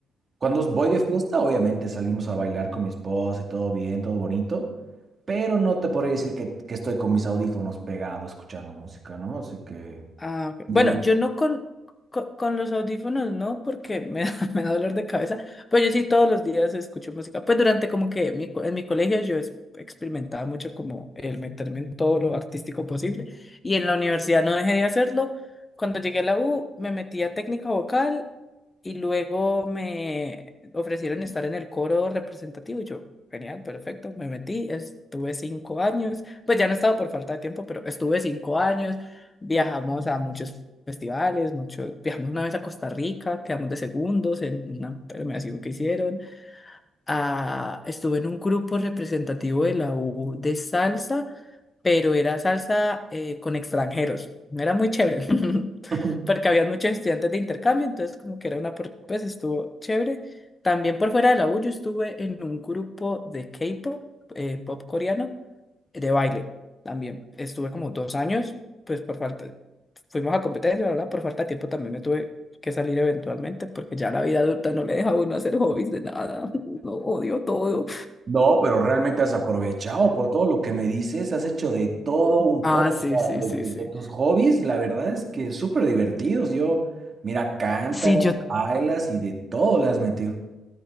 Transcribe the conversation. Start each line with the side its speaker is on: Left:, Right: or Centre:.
Right: Cuando voy de fiesta, obviamente salimos a bailar con mi esposa y todo bien, todo bonito, pero no te podría decir que, que estoy con mis audífonos pegados escuchando música, ¿no? Así que...
Left: Ah, ok.
Right: Libertad.
Left: Bueno, yo no con, co- con, los audífonos, no, porque me da, <laughs> me da dolor de cabeza, pero yo sí todos los días escucho música. Pues durante como que mi co- en mi colegio yo es- experimentaba mucho como el meterme en todo lo artístico posible y en la universidad no dejé de hacerlo. Cuando llegué a la U me metí a técnica vocal y luego me ofrecieron estar en el coro representativo y yo, genial, perfecto, me metí, estuve cinco años, pues ya no he estado por falta de tiempo, pero estuve cinco años. Viajamos a muchos festivales, mucho, viajamos una vez a Costa Rica, quedamos de segundos en una premiación que hicieron. Ah, estuve en un grupo representativo de la U de salsa, pero era salsa eh, con extranjeros. Era muy chévere, <laughs>
Right: <laughs>
Left: porque había muchos estudiantes de intercambio, entonces como que era una, por- pues estuvo chévere. También por fuera de la U yo estuve en un grupo de K-pop, eh, pop coreano de baile también. Estuve como dos años, pues por falta, fuimos a competencia, ¿verdad? Por falta de tiempo también me tuve que salir eventualmente porque ya la vida adulta no le deja a uno hacer hobbies de nada. <laughs> Lo odio todo.
Right: No, pero realmente has aprovechado por todo lo que me dices, has hecho de todo un
Left: Ah,
Right: poco,
Left: sí,
Right: o
Left: sí,
Right: sea, de,
Left: sí,
Right: de-
Left: sí.
Right: de tus hobbies, la verdad es que súper divertidos. Yo, mira, cantas,
Left: Sí, yo.
Right: bailas y de todo le has metido.